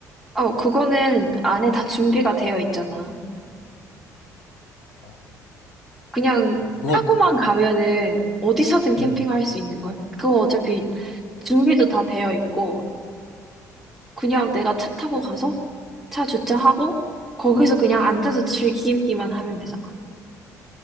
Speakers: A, in the centre; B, on the left.
A: 어, 그거는 안에 다 준비가 되어 있잖아.
B: 어,
A: 그냥
B: 그거,
A: 타고만 가면은 어디서든 캠핑할
B: 응.
A: 수 있는 걸? 그거 어차피 준비도 다 되어 있고 그냥 내가 차 타고 가서 차 주차하고 거기서 그냥 앉아서 즐기기만 하면 되잖아.